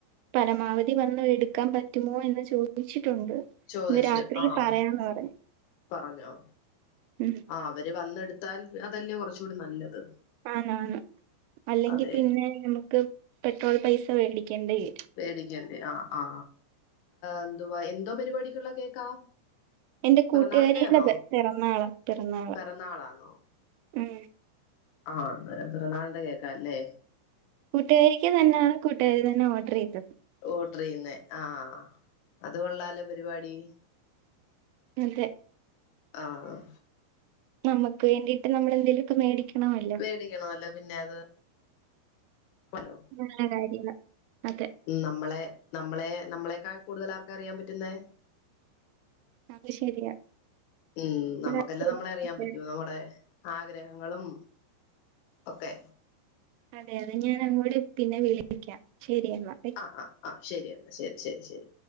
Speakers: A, on the right; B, on the left.
A: പരമാവധി വന്ന് എടുക്കാൻ പറ്റുമോ എന്ന് ചോദിച്ചിട്ടുണ്ട്.
B: ചോദിച്ചു
A: ഇന്ന് രാത്രി
B: ആഹ
A: പറയാന്ന് പറഞ്ഞു
B: പറഞ്ഞോ
A: ഉം
B: ആ അവര് വന്നെടുത്ത് ത്താൽ അതല്ലേ കുറച്ചൂടി നല്ലത്
A: ആന്ന് ആന്ന് അല്ലെങ്കിൽ
B: അതെ
A: പിന്നെ നമുക്ക് പെട്രോൾ പൈസ മേടിക്കേണ്ട വരും.
B: വേടിക്കിണ്ട് ആ ആ എന്തുവാ എന്തോ പരിപാടിക്കുള്ള കേക്കാ
A: എന്റെ കൂട്ടുകാരിടെ
B: പിറന്നാളിന്റെയാന്നോ
A: പിറന്നാള പിറന്നാള പിറന്നാള
B: പിറന്നാളാന്നോ
A: ഉം
B: ആഹ് ന്നേരം പിറന്നാൾടെ കേൾക്കാല്ലേ
A: കൂട്ടുകാരിക്ക് തന്നെയാണ് കൂട്ടുകാരി തന്നെ ഓർഡർ ചെയ്തത്
B: ഓർഡർ ചെയ്യുന്നേആഹ് അത് കൊള്ളാലോ പരിപാടി
A: അതെ
B: ആഹ്
A: നമുക്ക് വേണ്ടിയിട്ട് നമ്മള് എന്തെങ്കിലുമൊക്കെ മേടിക്കണമല്ലോ
B: മേടിക്കണമല്ലോ പിന്നെ അത് ലോ
A: നല്ല കാര്യാണ് അതെ
B: ഉം നമ്മളെ നമ്മളെ നമ്മളേക്കാൾ കൂടുതൽ ആർക്കാ അറിയാൻ പറ്റുന്നേ
A: അത് ശരിയാ
B: ഉം നമുക്കെന്നെ
A: എന്നാ ശരി.
B: നമ്മളെ അറിയാൻ പറ്റൂ നമ്മുടെ ആഗ്രഹങ്ങളും ഒക്കെ
A: അതെ അതെ ഞാൻ അങ്ങോട് പിന്നെ വിളിപ്പിക്കാം ശെരിയെന്നാ
B: അ അ അ ശരി എന്നാ ശരി ശരി ശരി